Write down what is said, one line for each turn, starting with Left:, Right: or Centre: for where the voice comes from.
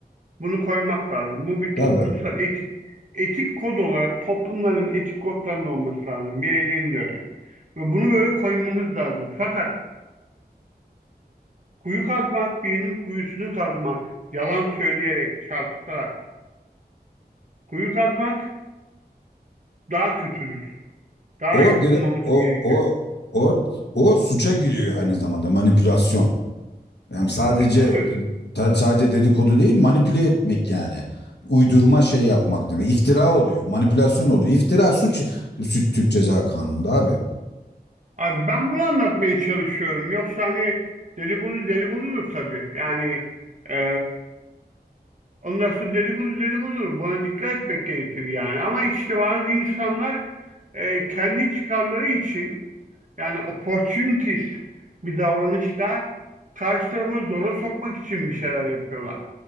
Right: Bunu koymak lazım. Bu bir
Left: tabii
Right: toplumsal etik etik kod olarak toplumların etik kodlarının olması lazım. Bireylerin de öyle. Ve bunu böyle koymamız lazım. Fakat kuyu kazmak, birinin kuyusunu kazmak, yalan söyleyerek, çarpıtarak kuyu kazmak daha kötüdür. Daha
Left: o
Right: yapılmaması
Left: dire- o
Right: gerekir.
Left: o o o suça giriyor aynı zamanda manipülasyon. Yani sadece
Right: E, tabii.
Left: sadece dedikodu değil manipüle etmek yani. Uydurma şey yapmak demek. İftira oluyor. Manipülasyon oluyor. İftira suç, suç Türk Ceza Kanunu'nda abi.
Right: Abi ben bunu anlatmaya çalışıyorum. Yoksa hani deli bulu deli buludur tabii. Yani e, Ondan sonra dedikodu dedikodudur. Buna dikkat etmek gerekir yani. Ama işte bazı insanlar e, kendi çıkarları için yani opportunist bir davranışla karşı tarafı zora sokmak için bir şeyler yapıyorlar.